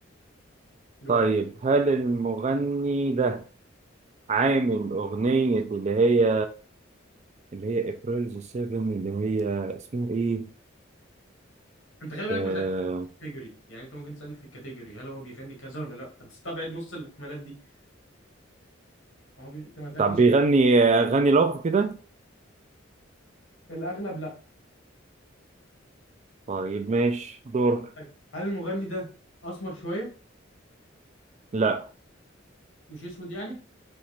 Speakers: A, on the left; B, on the right.
A: دوره
B: طيب هل المغني ده عامل أغنية اللي هي اللي هي ابريل 7 اللي هي اسمها ايه؟
A: انت خلي بالك
B: آه...
A: مثلا كاتيجوري يعني انت ممكن تسالني في الكاتيجوري هل هو بيغني كذا ولا لا هتستبعد نص الاحتمالات دي ما هو بي... انت ما سالتنيش
B: طب بيغني أغاني لاف كده؟
A: الاغلب لا
B: طيب ماشي دور
A: طيب. هل المغني ده اسمر شويه
B: لا
A: مش اسود يعني